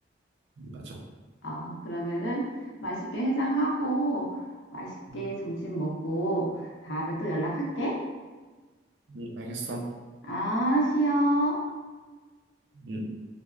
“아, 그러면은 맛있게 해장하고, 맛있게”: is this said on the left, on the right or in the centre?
Left